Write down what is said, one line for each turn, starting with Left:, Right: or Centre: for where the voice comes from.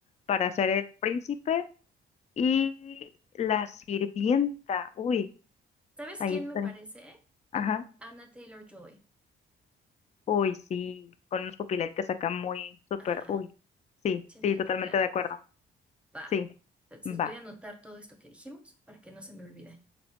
Left: para ser el príncipe. Y la sirvienta, uy,
Centre: ¿Sabes
Left: ahí
Centre: quién
Left: estaré.
Centre: me parece? Como
Left: Ajá.
Centre: Anna Taylor-Joy.
Left: Uy, sí, con unos pupilentes acá muy súper,
Centre: Ajá,
Left: uy. Sí,
Centre: siento
Left: sí, totalmente
Centre: que quedaría
Left: de acuerdo.
Centre: perfecto. Va.
Left: Sí,
Centre: Entonces
Left: va,
Centre: voy a anotar todo esto que dijimos para que no se me olvide.